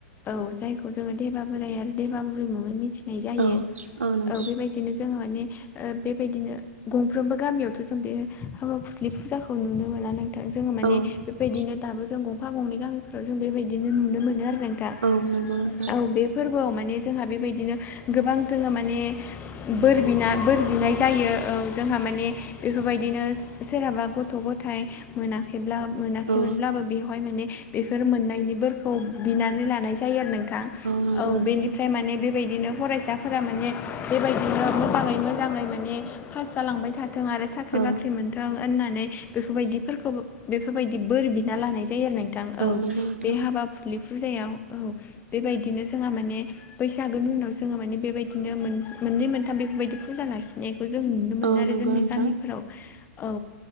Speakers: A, on the left (about 25°); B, on the right (about 85°).
A: औ जायखौ जोङो देबा बोराइ आरो देबा बुरि मुङै मिथिनाय जायो
B: औ नंगौ
A: औ बेबायदिनो जोङो माने बेबायदिनो गंफ्रोमबो गामियावथ' जों बे हाबा फुसलि फुजाखौ नुनो मोना ना थां जोङो माने
B: औ
A: बेबायदिनो
B: नंगौ
A: दाबो जों गंफा गंनै गामिफ्राव जों बेबायदिनो नुनो मोनो आरो नों दा
B: औ नंगौ नोंथां
A: औ बे फोरबोआव माने जोंहा बेबायदिनो गोबां जोङो माने। बोर बिना बोर बिनाय जायो औ जोंहा माने बेफोरबायदिनो सोरहाबा गथ' गथाइ मोनाखैब्ला मोनाखैमोनब्लाबो
B: औ
A: बेवहाय माने बेफोर मोननायनिफोरखौ बिनानै लानाय जायो आरो नों थां
B: नंगौ
A: औ
B: नोंथां
A: बेनिफ्राय माने बेबायदिनो फरायसाफोरा माने बेबायदिनो मोजाङै मोजाङै माने पास जालांबाय था थों आरो साख्रि
B: औ
A: बाख्रि मोनथों होननानै बेफोरबायदिफोरखौ बेफोरबायदि बोर बिना लानाय जायो आरो नोंथां औ
B: नंगौ नोंथां
A: बे हाबा। फुरलि फुजायाव औ बेबायदिनो जोंहा माने बैसागोनि उनाव जोङो माने बेबायदिनो मोननै मोनथाम बेफोरबायदि फुजा लाखिनाय जों नुनो मोनो
B: औ
A: आरो
B: नंगौ
A: जोंनि
B: नोंथां
A: गामिफोराव औ